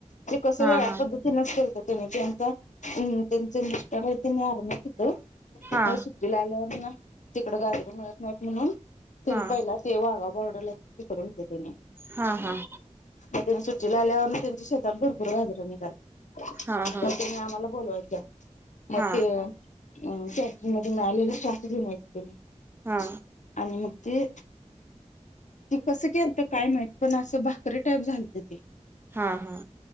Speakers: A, on the left; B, on the right.
A: ते कस
B: हा
A: वेळा
B: हा
A: पद्धती नस केल तर त्यांचा त्यांचे मिस्टर आहेत तेनी आरम होत
B: हा
A: म सुट्टी ला आल्यावर ना तिकड गाजरे मिळत नाहीत म्हणून तिन
B: हा
A: पहिला तेव आग बॉर्डला त त करतात
B: हा हा
A: मग त्यानी सुट्टी ला आल्यावरून त्यांची शेतात भरपूर गजरून निघाली
B: हा हा
A: मग त्याने आम्हाला बोलवायच म
B: हा
A: ते अ कॅटिन मध्ये <unintelligible> <unintelligible> नला शस्त ज नाही इत
B: हा
A: आणि मग ते ती कसं केलत काय माहत पण असं भाकरी टाईप झालत ते
B: हा हा